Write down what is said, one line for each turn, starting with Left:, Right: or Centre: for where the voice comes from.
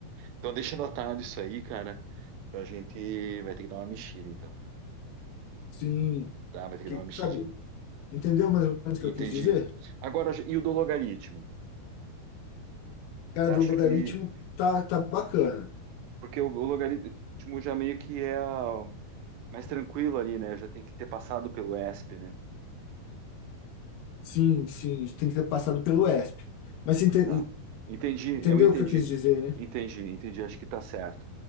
Right: Então deixa anotado isso aí, cara. Pra gente vai ter que dar uma mexida, então.
Left: Sim,
Right: Tá, vai ter que
Left: que,
Right: dar uma mexidinha.
Left: sabe? Entendeu mais ou menos o
Right: Entendi.
Left: que eu quis dizer?
Right: Agora, e o do logaritmo?
Left: Cara,
Right: Você acha
Left: do logaritmo
Right: que.
Left: tá, tá bacana.
Right: Porque o, o logaritmo já meio que é a- mais tranquilo ali, né? Já tem que ter passado pelo ESP, né?
Left: Sim, sim, tem que ter passado pelo ESP. Mas você ente-
Right: Tá. Entendi,
Left: entendeu
Right: eu entendi.
Left: o que eu quis dizer, né?
Right: Entendi, entendi, acho que tá certo.